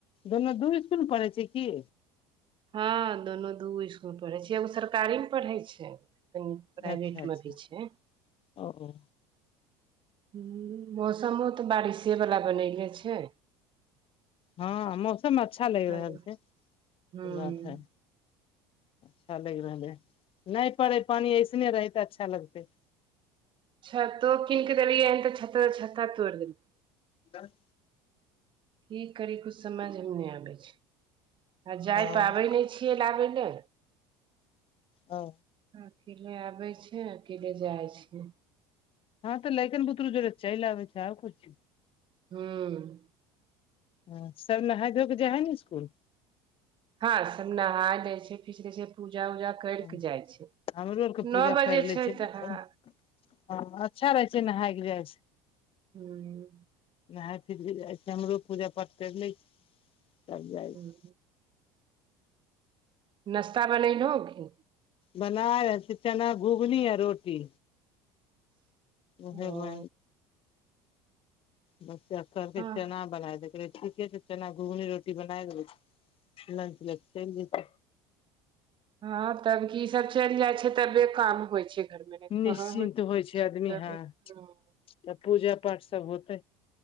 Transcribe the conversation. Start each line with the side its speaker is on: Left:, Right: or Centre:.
Left: दुोनू दू इसकुल मे पढ़ै छै कि
Right: हँ दोनू दूगो इसकुल पढ़े छै एगो सरकारी मे पढ़ै छै कनि प्राइवेटमे
Left: अच्छा अच्छा
Right: भी छै
Left: ओ ओ
Right: ह मौसमो तऽ बारिसेवला बनयले छै
Left: हँ मौसम अच्छा लगि
Right: तब
Left: रहल छै
Right: हूं
Left: ई बात है अच्छा लागि रहलै ह नहि पड़े पानि ऐसने रहै ते अच्छा लगते
Right: छतो कनक केल एत छत छत तोरदै
Left: बस
Right: की करी किुछु समझमे नहि आबै छै आ जाय
Left: हँ
Right: पाबै नहि छियै लाबै लए
Left: हू
Right: अकेले आबे छ अकेले जाइ छै
Left: हँ त लैकन बुतरू ज रचाइ ले छै आ पुछ
Right: हँ
Left: अछि सब नहााय धोए क जा है ने स्कूल
Right: हँ सब नहा दै छै पीस दै छै पूजा उजा कर
Left: हँ
Right: कऽ जाइ छै
Left: हमरो आरके पूजा
Right: नओ बजे
Left: कर लै
Right: छै
Left: लेकिन
Right: तऽ ह
Left: हँ अच्छा रहै छै नहाय के जाइ छै
Right: हूँ
Left: नहााय फिर भी जाइ छै हमरो पूजा पाठ कर ले छीिय तब जाइ
Right: हूं
Left: छी
Right: नाश्ता बनै लगी
Left: बना ह चना घुघनी है रोटी ओहे
Right: ओ
Left: ब बस असर कि
Right: हँ
Left: छैे ने बना दे ठीके छै चना घुघनी रोटी बना देबै लंच ल चलि जेत
Right: हँं तब की सब चलि जाइ छै तबे काम होइ छै घरमे नहि तऽ
Left: निश्चिन्त
Right: कहाँ होइत
Left: होइ छै आदमी
Right: तब
Left: हह
Right: हँ
Left: त पूजा पाठ सब होतै